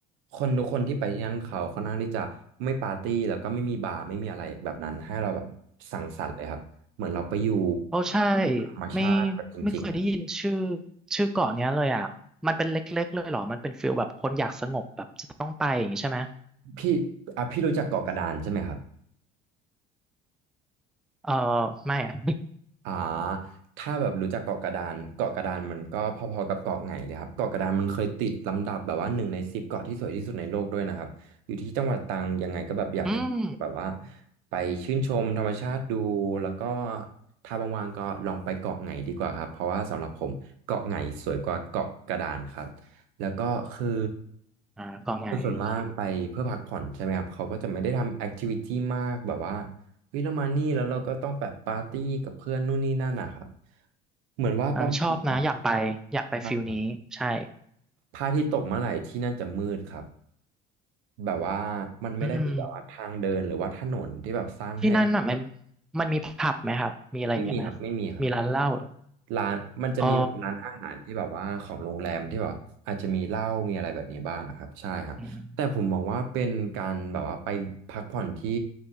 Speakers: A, on the right; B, in the centre.
A: คนทุกคนที่ไปที่นั่นเขาค่อนข้างที่จะไม่ปาร์ตี้แล้วก็ไม่มีบาร์ไม่มีอะไรแบบนั้นให้เราแบบสังสรรค์เลยครับ เหมือนเราไปอยู่
B: โอ้ใช่
A: ธรรมชาติแบบจริงๆอ่ะ
B: ไม่ไม่เคยได้ยินชื่อชื่อเกาะเนี้ยเลยอ่ะมันเป็นเล็กๆเลยเหรอมันเป็นฟิลแบบคนอยากสงบแบบจะต้องไปอย่างงี้ใช่ไหม
A: พี่อ่ะพี่รู้จักเกาะกระดานใช่ไหมครับ
B: เออไม่อ่ะ
A: อ่าถ้าแบบรู้จักเกาะกระดานเกาะกระดานมันก็พอๆกับเกาะไหงเลยครับเกาะกระดานมันเคยติดลำดับแบบว่าหนึ่งในสิบเกาะที่สวยที่สุดในโลกด้วยนะครับอยู่ที่จังหวัดตรังยังไงก็แบบอยากให้แบบว่า
B: <laughs> อืม
A: ไปชื่นชมธรรมชาติดูแล้วก็ถ้าว่างๆก็ลองไปเกาะไหงดีกว่าครับเพราะว่าสำหรับผมเกาะไหงสวยกว่าเกาะกระดานครับแล้วก็คือ
B: อ่าเกาะไงโอเค
A: คนส่วนมากไปเพื่อพักผ่อนใช่ไหมครับเขาก็จะไม่ได้ทำแอคทิวิตี้มากแบบว่า เฮ้ยเรามานี่แล้วเราก็ต้องแบบปาร์ตี้กับเพื่อนนู่นนี่นั่นนะครับเหมือนว่าประมาณแบบว่า
B: เออชอบนะอยากไปอยากไปฟิลนี้ใช่
A: ใช่ครับพระอาทิตย์ตกเมื่อไหร่ที่นั่นจะมืดครับแบบว่ามันไม่ได้มีแบบว่าทางเดินหรือว่าถนนที่แบบสร้างให้
B: อืมที่นั่นน่ะมันมันมีผับไหมครับมีอะไรอย่างเงี้ยไหม
A: ไม่มีครับไม่มีครับ
B: มีร้านเหล้าเหรอ
A: ร้านมันจะมีแบบร้านอาหารที่แบบว่าของโรงแรมที่แบบอาจจะมีเหล้ามีอะไรแบบนี้บ้างอะครับใช่ครับแต่ผมมองว่าเป็นการแบบว่าไปพักผ่อนที่
B: อ๋ออืม